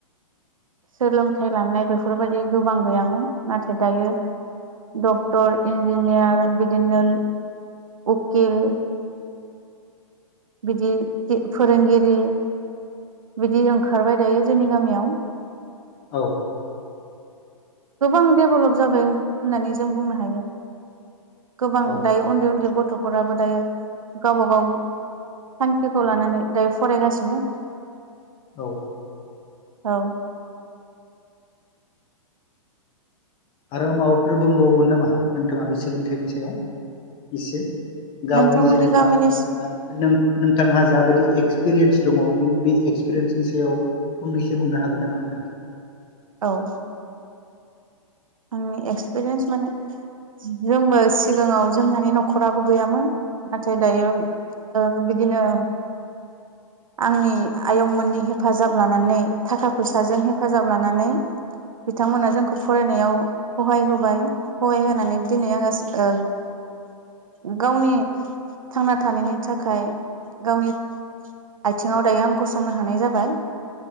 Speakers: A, on the right; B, on the left.
A: सोलोंथाइ लानाय बेफोरबायदि गोबां गैयामोन नाथाय दायो डक्टर इन्जिनियार बिदिनो उकिल बिदि फोरोंगिरि बिदि ओंखारबाय दायो जोंनि गामियाव।
B: औ
A: गोबां देभेलप जाबाय होननानै जों बुंनो हायो। गोबां
B: औ
A: दायो उन्दै उन्दै गथ'फोराबो दायो गावबा गाव थांखिखौ लानानै दायो फरायगासिनो।
B: औ
A: औ
B: आरो माबाफोर बुंबावगोन नामा नोंथाङा बे सोलोंथाइनि सायाव एसे गावनि
A: नोंथांमोननि
B: जेनेबा
A: गामिनि
B: नोंथांहा जाबादि एक्सपिरियेन्स दङ बे बे एक्सपिरियेन्सनि सायाव फंनैसो बुंनो हागोन नामा नोंथाङा? <inaudible>
A: औ आंनि एक्सपिरियेन्स माने <unintelligible> जोंबो सिगाङाव जोंहानि न'खराबो गैयामोन। नाथाय दायो ओ बिदिनो
B: <inaudible>
A: आंनि आयंमोननि हेफाजाब लानानै थाखा फैसाजों हेफाजाब लानानै बिथांमोना जोंखौ फरायनायाव सहाय होबाय हहाय होनानै दिनै आङो ओ गावनि थांना थानायनि थाखाय गावनि आथिङाव दायो आं गसंनो हानाय जाबाय।